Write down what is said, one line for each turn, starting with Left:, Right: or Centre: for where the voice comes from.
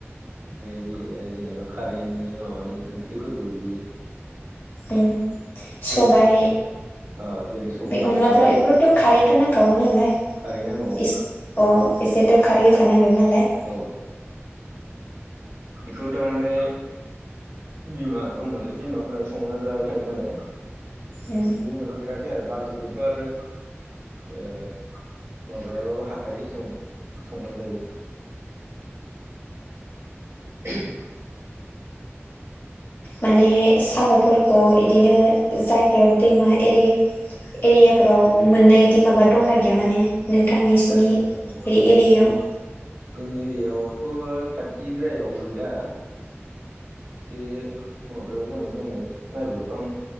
Right: ओइ बे जेनेबा खारैनि माबानि ओंख्रिफोरखौ इदि
Left: उम सबाय
Right: आरो अ जेरै सबाइ
Left: बे
Right: अनला
Left: अनलाफ्राव बेफोरावथ' खारैथ' नांखागौ नालाय
Right: खारै नांगौ ओं
Left: इस अ एसेथ' खारै होखानांगोन नालाय।
Right: औ। बेखौ थारमाने बिमा दं नालाय बिमाफोरा संना जाहोखायो नालाय।
Left: उम
Right: बेयाव मोनफेराखै आरो बाखिखौथ' आरो ओ माबायाबाबो हाखायो संना जायो। <unintelligible>
Left: माने साम'फोरखौ इदिनो जायगायाव दैमा एरि एरियाफोराव मोननायदि माबा दंना गैया माने नोंथांनिसिनि
Right: जा औ
Left: एरियायाव
Right: जोंनि जोंनि एरियाआवथ' खाथिद्रायाव गैया। एसे माबायाव दङ दंने नागिरबा